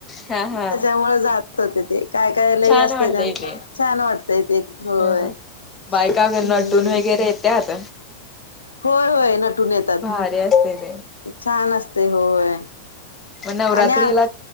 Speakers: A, on the left (about 20°); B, on the left (about 75°).
A: हा
B: त्याच्यामुळे
A: हा
B: जात होते ते. काय
A: हा
B: काय लई
A: छान
B: असतय
A: वाटतय
B: त्यांच.
A: ते.
B: छान वाटतय ते. होय.
A: हा बायका
B: हम्म
A: नटून वगैरे येत्याात.
B: होय होय नटून येतात.
A: भारी आसते.
B: छान असते होय.
A: नवरात्रीला
B: आणि आ